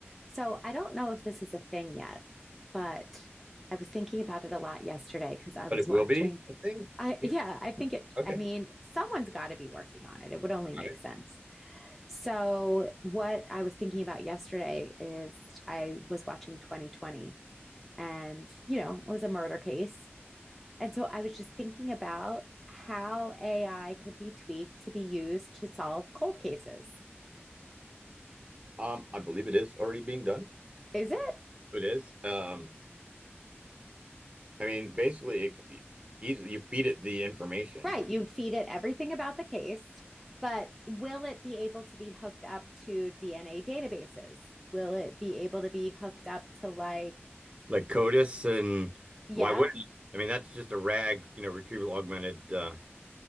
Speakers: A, in the centre; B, on the right.
A: So I don't know if this is a thing yet, but I was thinking about it a lot yesterday because I
B: but
A: was
B: it will
A: watching.
B: be a thing.
A: I,
B: Yeah.
A: yeah, I think it,
B: Okay.
A: I mean, someone's got to be working on it. It would only
B: All
A: make
B: right.
A: sense. So, what I was thinking about yesterday is I was watching 2020 and, you know, it was a murder case. And so I was just thinking about how AI could be tweaked to be used to solve cold cases.
B: Um, I believe it is already being done.
A: Is it?
B: It is. Um, I mean, basically, it, c- you feed it the information.
A: Right. You would feed it everything about the case, but will it be able to be hooked up to DNA databases? Will it be able to be hooked up to like,
B: like CODIS
A: y-
B: and
A: yeah,
B: why wouldn't I mean that's just a rag, you know, retrieval augmented uh,